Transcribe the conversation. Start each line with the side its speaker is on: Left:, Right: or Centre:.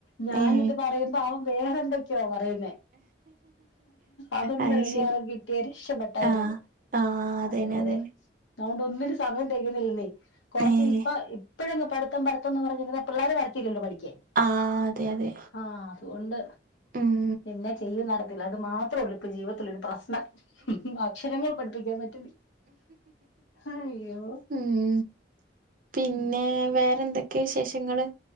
Left: ഞാനിത്
Right: ഏഹ്
Left: പറയുമ്പോ അവൻ വേറെ എന്തൊക്കെയോ പറയുന്നേ അതൊന്ന്
Right: അത്
Left: റെഡിയായി
Right: ശരി
Left: കിട്ടിയ രക്ഷപ്പെട്ടായിരുന്നു
Right: ആഹ് ആഹ് അതന്നെ
Left: അതുവരെ
Right: അതന്നെ
Left: അതൊണ്ട് ഒന്നിനും സമയം തെകയുന്നില്ലന്നേ കൊറച്ച്
Right: ഏഹ്
Left: ഇപ്പൊ ഇപ്പഴങ്ങ് പഠിത്തം പഠിത്തംന്ന് പറഞ്ഞിരുന്നാ പിള്ളേര് വരത്തില്ലല്ലോ പഠിക്കാൻ
Right: ആഹ് അതെ അതെ
Left: ആഹ് അതുകൊണ്ട്
Right: ഉം
Left: നിന്നെ ചെയ്യും നട അത് മാത്രെ ഉള്ളൂ ഇപ്പം ജീവിതത്തില് ഒരു പ്രശ്നം അക്ഷരങ്ങൾ പഠിപ്പിക്കാൻ പറ്റുന്നില്ല അയ്യോ
Right: ഉം പിന്നെ വേറെ എന്തൊക്കെയാ വിശേഷങ്ങള്